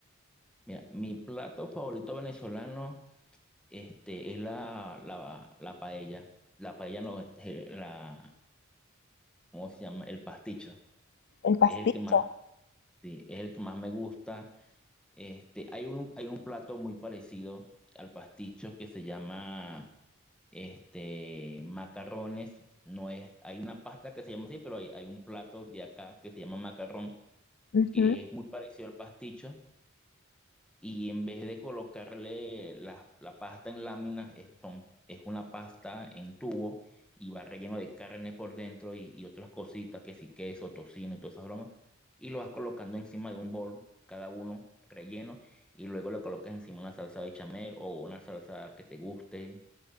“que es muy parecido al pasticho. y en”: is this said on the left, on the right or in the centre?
Centre